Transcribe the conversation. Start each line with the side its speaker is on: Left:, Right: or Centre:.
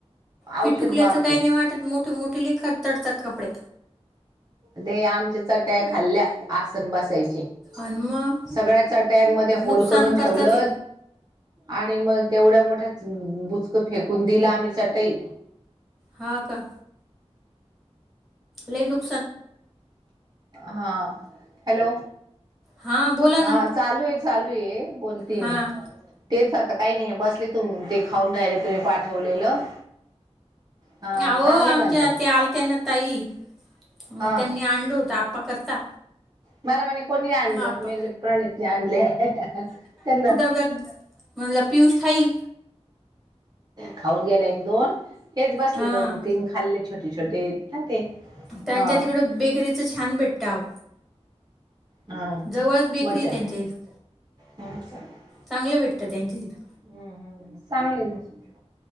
Centre: पिटुकल्याचं
Right: औषध मारते
Centre: काही नाही वाटत मोठे मोठे लेखात तडतात कपडे
Right: डे आमच्या चट्या खाल्ल्या आसन बसायचे.
Centre: आणि मग
Right: सगळ्याचाट्यांमध्ये होल
Centre: नुकसान
Right: करून
Centre: करता
Right: ठेवलं
Centre: ते
Right: आणि मग तेवढ्या मोठ्या बुचक फेकून दिला आम्ही चटई
Centre: हा. का? लई नुक
Right: हा.. हॅलो!..
Centre: हां बोला
Right: हा
Centre: ना
Right: चालू आहे चालू आहे, बोलतेय
Centre: हां
Right: मी तेच आता काही नाही बसले तुम ते खाऊन राहिले तुम्ही पाठवलेलं. हा
Centre: अहो!..
Right: चांगले
Centre: आमच्या
Right: म्हणतात
Centre: त्या आलत्याना ताई मग
Right: हा
Centre: त्यांनी आणलो होत आप्पा करता.
Right: मला म्हणे कोणी आणलं..
Centre: मग आप्पा
Right: मी म्हणल प्रणितले आणले.. त्यांना
Centre: व.. म्हणलं.. पियुष खाईल.
Right: खाऊन गेला एक दोन, हेच बसले
Centre: हां
Right: दोन तीन खाल्ले छोटे छोटे ना ते
Centre: त्यांच्या
Right: हा
Centre: तिकडं बेकरीचं छान भेटताव.
Right: हा
Centre: जवळच बेकरी
Right: मग त्या
Centre: त्यांच्या इथं..
Right: हम्म
Centre: चांगलं भेटत त्यांच्या इथं
Right: हम्म.. हम्.. चांगले आहे